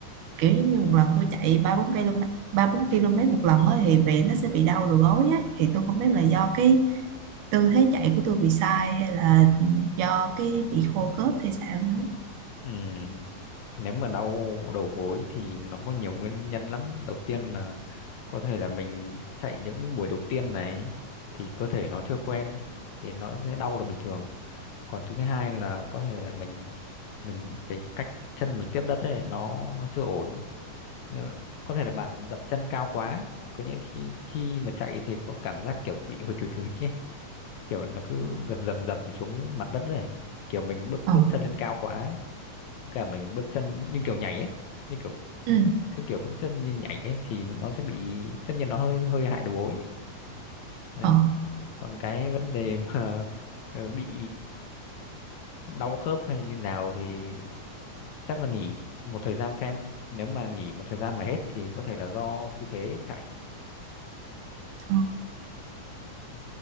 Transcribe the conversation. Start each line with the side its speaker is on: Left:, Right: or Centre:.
Right: kiểu giống như một lần tôi chạy ba bốn km ba bốn km một lần á thì về nó sẽ bị đau đầu gối á thì tôi không biết là do cái tư thế chạy của tôi bị sai hay là do cái bị khô khớp hay sao nữa
Left: Ừ, nếu mà đau đầu gối thì nó có nhiều nguyên nhân lắm. Đầu tiên là có thể là mình chạy những buổi đầu tiên này thì cơ thể nó chưa quen thì nó sẽ đau là bình thường. Còn thứ hai là có thể là mình mình cái cách chân mình tiếp đất ấy nó nó chưa ổn. Ờ, Có thể là bạn dậm chân cao quá. Có nghĩa khi khi mà chạy thì có cảm giác kiểu bị hồi chùi chùi ấy, kiểu nó cứ dầm dầm dầm xuống mặt đất này, kiểu mình bước
Right: ờ
Left: bước chân lên cao quá cả mình bước chân như kiểu nhảy ấy như kiểu
Right: ừ
Left: cái kiểu bước chân như nhảy ấy thì nó sẽ bị tất nhiên nó hơi hơi hại đầu gối đấy
Right: ờ
Left: còn cái vấn đề mà <laughs> ờ, bị đau khớp hay như nào thì chắc là nghỉ một thời gian xem nếu mà nghỉ một thời gian mà hết thì có thể là do tư thế chạy
Right: ờ.
Left: Ừ.